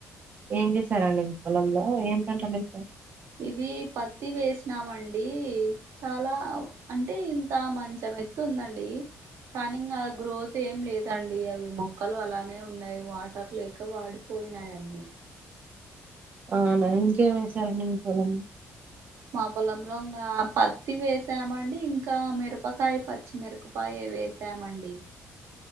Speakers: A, on the right; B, on the right.
A: ఏం చేశారండి మీ పొలంలో ఏమ్ పంటలు ఎసారు
B: ఇది పత్తి వేసినామ అండి చాలా అంటే ఇంత మంచం ఎత్తు ఉందండి కానీ ఇంగా గ్రోత్ ఏం లేదండి అవి మొక్కలు అలానే ఉన్నాయి వాటర్ లేక వాడి పోయినాయి అన్ని
A: అవునా ఇంకేంసారండి మీ పొలం లో
B: మా పొలంలో ఆ ప పత్తి వేసామండి ఇంకా మిరపకాయ పచ్చిమిరపకాయ వేసామండి